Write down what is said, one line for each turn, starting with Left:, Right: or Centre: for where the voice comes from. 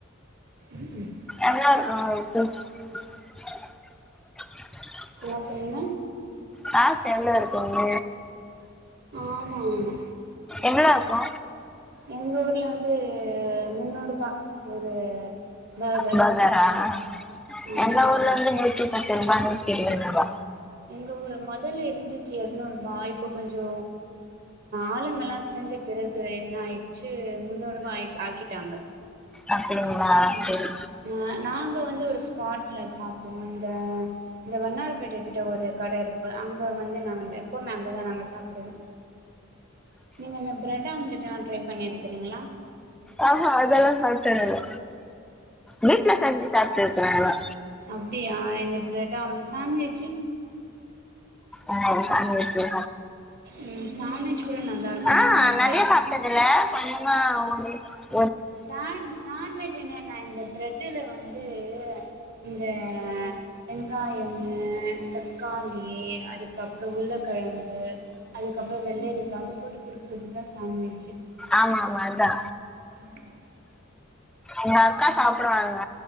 Right: உக்கும்
Centre: எவ்ளோ <unintelligible>
Right: அ சொல்லுங்க
Centre: காசு எவ்ளோ இருக்குங்க
Right: ஆமா ஆமா
Centre: எவ்ளோ இருக்கு
Right: எங்க ஊர்ல வந்து முன்னூரூபா ஒரு பர்கர்
Centre: பர்கர்ராஹ்
Right: ஆமா
Centre: எங்க ஊர்ல வந்து நூத்தி பத்து ரூபா நூத்தி ஐம்பது ரூபா
Right: எங்க ஊரு மொதல்ல இருந்துச்சு எர்நூறுபா இப்போ கொஞ்சோ ஆளுங்கலா சேந்த பிறகு என்ன ஆயிடுச்சு முன்னூரூபா ஆய்க் ஆக்கிட்டாங்க
Centre: அப்டிங்களா
Right: ஹ்ம்
Centre: சரி
Right: நாங்க வந்து ஒரு ஸ்பாட்ல சாப்டுவோ இந்த அ வண்ணார்பேட்டை கிட்ட ஒரு கட இருக்கு அங்க வந்து நா எப்பவுமே அங்கதா நாங்க சாப்டுவோ நீங்க இந்த பிரட் ஆம்ட்லெட் ட்ரை பண்ணி இருக்கீங்களா
Centre: ஆஹ்ஹா அதெல்லா சாப்டதுல்ல வீட்ல செஞ்சி சாப்டு இருக்ராங்லா
Right: அப்டியா இந்த பிரெட் ஆம்லெட் சாண்ட்விஜு
Centre: ஆஹ் சாண்ட்விச்லா
Right: ம் சாண்ட்விச் கூட நல்லா இருக்கு
Centre: ஆஹ்
Right: நீங்க நெக்ஸ்ட்
Centre: நெறைய
Right: டைம்
Centre: சாப்டதுல்ல கொஞ்சமா பாரு
Right: சா சாண்ட்வஜ் என்ன நா இந்த பிரெட்லுல வந்து இந்த வெங்காயம்மு தக்காளி அதுக்கப்ரோ உருளக்கெழங்கு கு அதுக்கப்ரோ வெள்ளரிகா அது போட்டு கொடுக்குறதுதா சாண்ட் விச்சு
Centre: ஆமா ஆமா அதா
Right: ம்
Centre: எங்க அக்கா சாப்டுவாங்க